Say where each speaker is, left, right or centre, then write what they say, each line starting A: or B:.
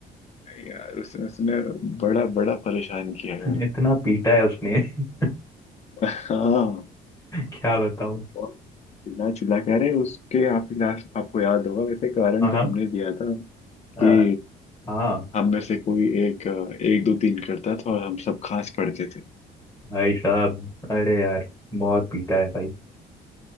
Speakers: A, on the left; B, on the left.
A: यार उसने उसने बड़ा बड़ा परेशान किया यार हमको।
B: इतना पीटा है उसने <laughs>
A: हाँ
B: क्या बताऊं
A: बहुत चिल्ला चिल्ला कह रहे हैं उसके आप क्लास आपको याद होगा वैसे कारण
B: हाँ
A: तो हमने दिया था
B: अ,
A: कि
B: हाँ
A: हम में से कोई एक अ, एक दो तीन करता था और हम सब खास पढ़ते थे
B: भाई साहब अरे यार बहुत पीटा है भाई